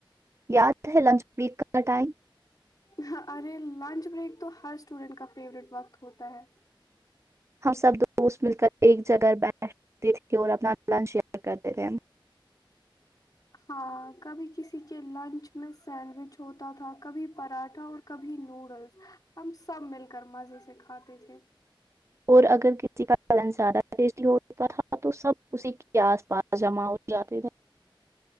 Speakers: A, on the right; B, on the left.
A: یاد ہے لنچ بریک کا ٹائم
B: ہ ارے لنچ بریک تو ہر اسٹوڈینٹ کا فیوریٹ وقت ہوتا ہے
A: ہم سب دوست مل کر ایک جگہ بیٹھ اور اپنا للن شیئر کرتے تھے
B: ہاں کبھی کسی کے لنچ میں سینڈوچ ہوتا تھا کبھی پراٹھا اور کبھی نوڈلس ہم سب مل کر مزے سے کھاتے تھے
A: اور اگر کسی کا پن زیادہ بیزی ہو چکا تھا تو سب اسی کے آس پاس جمع ہو جاتے تھ